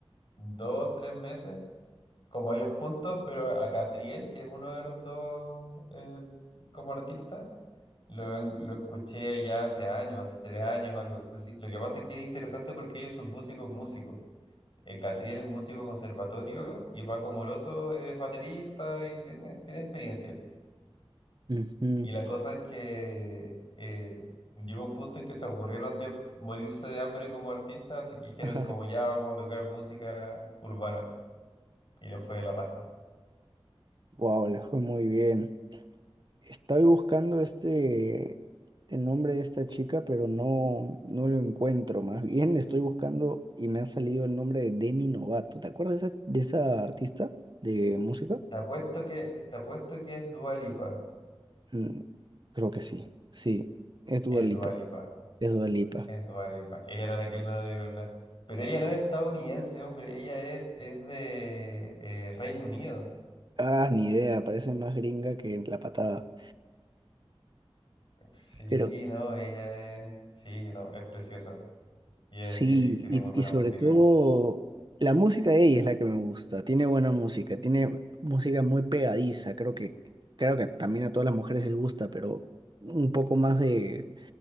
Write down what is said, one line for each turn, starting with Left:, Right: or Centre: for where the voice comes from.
Left: dos, tres meses, como ellos juntos, pero a Catriel, que es uno de los dos eh, como artista, lo, ven- lo escuché ya hace años, hace tres años o algo así. Lo que pasa es que es interesante porque ellos son músicos, músicos. Eh, Catriel es músico conservatorio y Paco Moroso es baterista y tiene, tiene experiencia.
Right: Ujú.
Left: Y la cosa es que eh, llegó un punto en que se aburrieron de morirse de hambre como artistas, así que dijeron
Right: <laughs>
Left: como ya vamos a tocar música urbana. Y le fue de la raja.
Right: Wow, le fue muy bien. Estoy buscando este, el nombre de esta chica, pero no, no lo encuentro. Más bien <laughs> estoy buscando y me ha salido el nombre de Demi Novato. ¿Te acuerdas de esa, de esa artista de música?
Left: Te apuesto que, te apuesto que es Dua Lipa.
Right: Mm, creo que sí. Sí, es Dua
Left: Es
Right: Lipa.
Left: Dua Lipa.
Right: Es Dua Lipa.
Left: Es Dua Lipa. Ella era la que no le dieron nada. Pero ella no es estadounidense, hombre. Ella es, es de eh, Reino Unido.
Right: Ah, ni idea, parece más gringa que la patada.
Left: Sí,
Right: Pero
Left: no, ella es... Sí, no, es preciosa. Y, es-
Right: sí,
Left: y tiene
Right: y,
Left: muy buena
Right: y sobre
Left: música.
Right: todo la música de ella es la que me gusta. Tiene buena música, tiene música muy pegadiza. Creo que, creo que también a todas las mujeres les gusta, pero un poco más de,